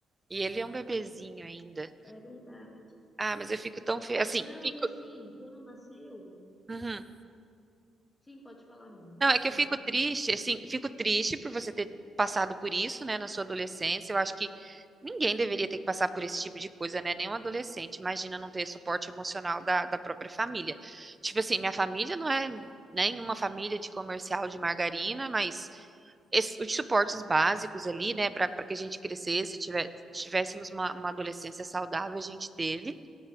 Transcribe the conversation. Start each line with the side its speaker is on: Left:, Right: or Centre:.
Right: E ele é um bebezinho ainda.
Left: É verdade.
Right: Ah, mas eu fico tão feliz. Assim,
Left: Não,
Right: fico.
Left: e assim, quando nasceu.
Right: Uhum.
Left: Sim, pode falar, amiga,
Right: Não,
Left: pode
Right: é que
Left: falar.
Right: eu fico triste, assim, fico triste por você ter passado por isso, né, na sua adolescência. Eu acho que ninguém deveria ter que passar por esse tipo de coisa, né? Nem um adolescente. Imagina não ter suporte emocional da, da própria família. Tipo assim, minha família não é nenhuma família de comercial de margarina, mas esse- os suportes básicos ali, né, para que a gente crescesse, tiver, tivéssemos uma, uma adolescência saudável, a gente teve.